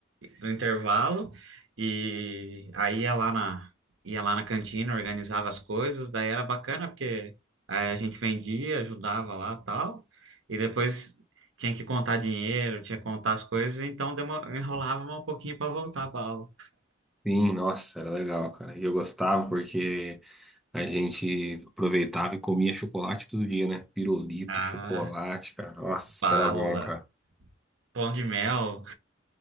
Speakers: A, on the right; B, in the centre.
A: do intervalo, e aí ia lá na ia lá na cantina, organizava as coisas, daí era bacana porque aí a gente vendia, ajudava lá, tal, e depois tinha que contar dinheiro, tinha que contar as coisas, então demo- enrolava um pouquinho para voltar para aula.
B: Sim, nossa, era legal, cara. E eu gostava porque a gente aproveitava e comia chocolate todo dia, né? Pirulito,
A: Ah,
B: chocolate, cara. Nossa,
A: bala.
B: era bom, cara.
A: Pão de mel.